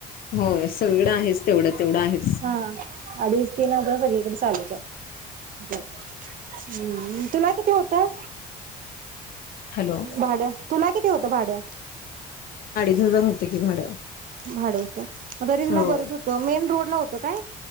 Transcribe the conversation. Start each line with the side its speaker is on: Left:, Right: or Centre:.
Left: हो न सगळीकडं आहेच तेवढं तेवढं आहे.
Right: हा, अडीच तीन हजार सगळीकडे चालूच आहे. हम्म, तुला किती होतंय?
Left: हॅलो
Right: भाडं तुला किती होतं भाडं?
Left: न हजार होतं की भाडं.
Right: भाडं मग तरी तुला
Left: हो
Right: बरच होतं, मेन रोडला होत काय?